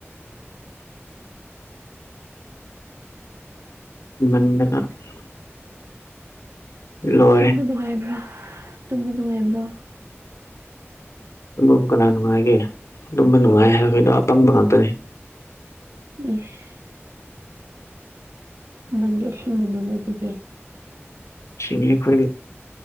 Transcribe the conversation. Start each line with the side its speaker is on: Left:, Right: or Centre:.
Left: <unintelligible> ꯂꯣꯏꯔꯦ
Right: ꯇꯨꯝꯕ ꯅꯨꯡꯉꯥꯏꯕ꯭ꯔꯥ ꯇꯨꯝꯕ ꯅꯨꯡꯉꯥꯏꯕ꯭ꯔꯣ
Left: ꯇꯨꯝꯕꯕꯨ ꯀꯅꯥ ꯅꯨꯡꯉꯥꯏꯒꯦ ꯇꯨꯝꯕ ꯅꯨꯡꯉꯥꯏ ꯍꯥꯏꯕ ꯃꯤꯗꯣ ꯑꯄꯪꯕ ꯉꯥꯛꯇꯅꯤ
Right: ꯏꯁ ꯅꯪ ꯂꯣꯏ ꯁꯤꯟꯂꯣꯅꯦ ꯑꯗꯨꯗꯤ
Left: ꯁꯤꯡꯉꯦ ꯈꯣꯏꯗꯤ